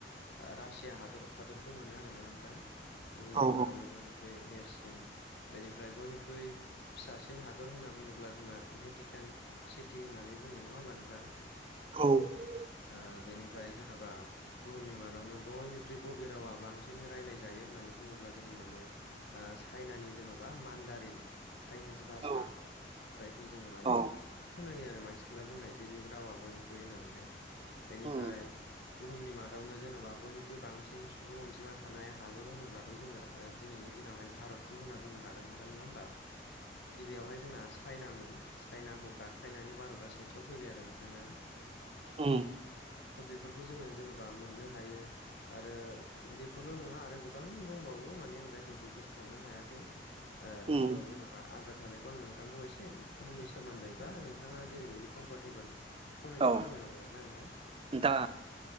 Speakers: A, on the left (about 65°); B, on the right (about 30°).
A: रासिया हादर हादरखौ मोनो आरोना नोंथां। बुहुमनि
B: औ
A: मादावनो बयनिख्रुइ देरसिन बेनिफ्राय बयनिख्रुइ फिसासिन हादर होनना बुङोब्ला जोंना भेटिकान सिटि होननानै बुङो नङा होमबा नोंथां?
B: औ
A: आ बेनिफ्राय जेनेबा बुहुमनि मादावनो बयनिख्रुइ बबे रावा बांसिन रायज्लायजायो होननानै बुङोब्ला जोङो मोनो आ चाइनानि जेन'बा मान्दारिन चाइनिस भाषा
B: औ
A: जायखौ जोङो माने
B: औ
A: खोना यो आरो मानसिफोरा बुंनाय जे बे रावा बयनिख्रुइ होननानैहाय बेनिफ्राय
B: उम
A: बुहुमनि मादावनो जेनेबा बयनिख्रुइ बांसिन सुबुं अनजिमा थानाय हादर होनोब्लाथ' जोङो दिनैनि दिनावहाय भारतखौ होनना बुंनो हागोन नोंथां नङा होम बा गिबियावहाय जोंना चाइनामोन। चाइनाखौ गाख्लायनानै भारतआ सेथियाव फैबाय आरो नोंथांना।
B: उम
A: थ' बेफोरखौ जोङो जेन'बा मोननो हायो। आरो बेफोरल' नङा आरो गोबां दंबावो माने आं जायफोरखौ गोसोखांनो हायाखै। ओ
B: उम
A: थ' जेन'बा आद्रा थानायखौ आं नोंथांखौ एसे बुहुमनि सोमोन्दै बा नोंथाङा जेरैबायदि कम्फरटेबोल फंनैसो
B: औ
A: फोरमायहरज जागोन ना नोंथां।
B: दा